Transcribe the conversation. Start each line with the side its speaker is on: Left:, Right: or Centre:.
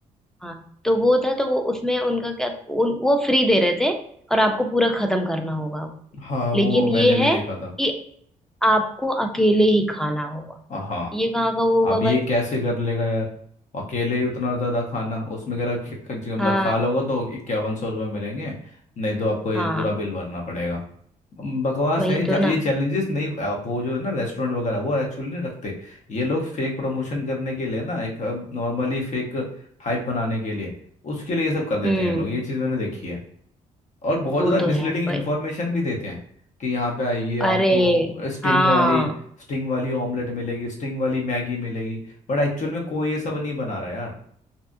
Centre: हाँ तो वो था तो वो उसमें उनका क्या उन, वो फ्री दे रहे थे और आपको पूरा खत्म करना होगा
Left: हाँ
Centre: लेकिन
Left: वो मैंने
Centre: ये
Left: भी
Centre: है
Left: देखा था
Centre: कि आपको अकेले ही खाना होगा
Left: हाँ
Centre: ये कहाँ का वो
Left: अब
Centre: हुआ भाई
Left: ये कैसे कर लेगा यार अकेले उतना ज़्यादा खाना उसमें अगर ख- ख- जो मतलब
Centre: हाँ
Left: खा लोगे तो इक्यावन सौ रुपये मिलेंगे नहीं तो आपको ये
Centre: हाँ
Left: पूरा बिल भरना पड़ेगा अम, बकवास
Centre: वही
Left: है जा-
Centre: तो ना
Left: ये चैलेंजेस नहीं आप वो जो है ना रेस्टोरेंट वगैरह वो एक्चुअली नहीं रखते ये लोग फेक प्रमोशन करने के लिए ना एक नॉर्मली फेक हाइप बनाने के लिए उसके लिए ये सब कर देते
Centre: हम्म
Left: हैं ये लोग ये चीज़ मैंने देखी है और बहुत
Centre: वो
Left: ज़्यादा
Centre: तो
Left: मिसलीडिंग
Centre: है भाई
Left: इन्फॉर्मेशन भी देते हैं कि यहाँ पे आइए
Centre: अरे
Left: आपको स्टिंग
Centre: हाँ
Left: वाली स्टिंग वाली ऑमलेट मिलेगी स्टिंग वाली मैगी मिलेगी बट एक्चुअल में कोई ये सब नहीं बना रहा यार